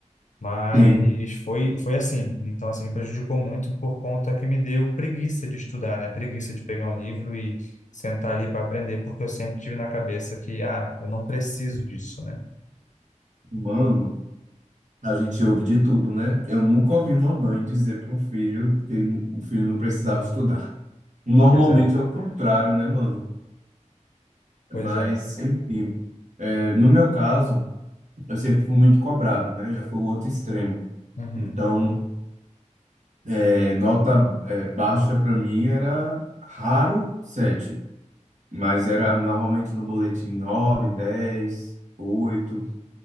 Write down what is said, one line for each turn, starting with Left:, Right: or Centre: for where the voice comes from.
Left: Mas
Right: Sim.
Left: foi, foi assim. Então, assim, me prejudicou muito por conta que me deu preguiça de estudar, né? Preguiça de pegar um livro e sentar ali para aprender, porque eu sempre tive na cabeça que, ah, eu não preciso disso, né?
Right: Mano, a gente ouve de tudo, né? Eu nunca ouvi uma mãe dizer para um filho que o filho não precisava estudar. Normalmente
Left: Pois é,
Right: é o contrário, né, mano?
Left: pois
Right: Mas,
Left: é.
Right: enfim, é, no meu caso, eu sempre fui muito cobrado, né? Já foi o outro extremo.
Left: Uhum,
Right: Então, é, nota, é, baixa para mim era raro sete. Mas era normalmente no boletim 9, 10, 8,